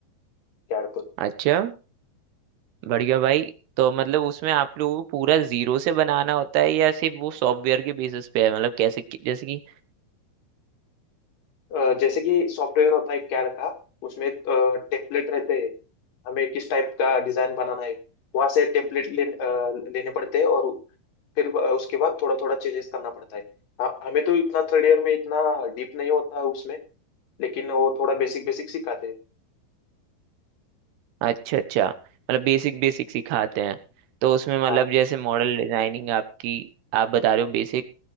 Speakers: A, on the left; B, on the right.
A: कैड पर
B: अच्छा बढ़िया भाई तो मतलब उसमें आप लोगों को पूरा जीरो से बनाना होता है या सिर्फ वो सॉफ्टवेयर के बेसिस पे है मतलब कैसे कि- जैसे कि
A: अ, जैसे कि सॉफ्टवेयर होता है कैड का उसमें टेम्पलेट रहते हैं हमें किस टाइप का डिजाइन बनाना है वहां से टेम्पलेट ले, अ, लेने पड़ते हैं और फिर ब- उसके बाद थोड़ा थोड़ा चेंजेस करना पड़ता है ह- हमें तो इतना थर्ड ईयर में इतना डीप नहीं होता है उसमें लेकिन वो थोड़ा बेसिक बेसिक सिखाते हैं
B: अच्छा अच्छा मतलब बेसिक बेसिक सिखाते हैं तो उसमें मतलब
A: हाँ
B: जैसे मॉडल डिजाइनिंग आपकी आप बता रहे हो बेसिक